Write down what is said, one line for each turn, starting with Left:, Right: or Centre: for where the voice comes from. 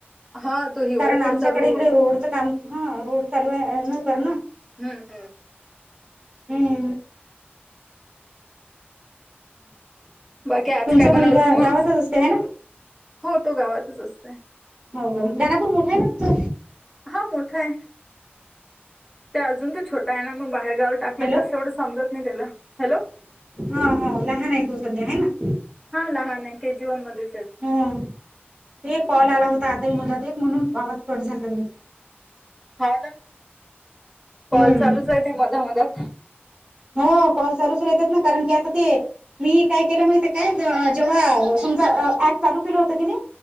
Centre: हा तो हिवरखेडचा
Right: कारण आमच्याकडे
Centre: रो
Right: इकडे रोड हा रोड चालू आहे अह ना कर ना
Centre: हम्म हम्म.
Right: हम्म.
Centre: बाकी आज
Right: तुमचा
Centre: काय बनवलती
Right: मुलगा
Centre: मग?
Right: गावातच असते है ना.
Centre: हो तो गावातच असतय.
Right: हो का दानापूर मोठा आहे ना च
Centre: हा मोठा आहे. ते अजून त छोटा आहे ना मग बाहेर गावी टाकले
Right: हॅलो
Centre: कसं एवढं समजत नाही त्याला हॅलो.
Right: हा हा लहान आहे तो सध्या आहे ना.
Centre: हा लहान नाही आहे के जी वन मध्ये
Right: हां ते कॉल आला होता आताही म्हणता ते म्हणून आवाज कट झाला तुमचा.
Centre: हा ना कॉल
Right: हम्म
Centre: चालूच आहे ते मधा मधा
Right: हो कॉल चालूच राहतात ना कारण की आता ते मी काय केलं माहिती काय ज अ जेव्हा समजा अ ऍप चालू केलं होतं की नाही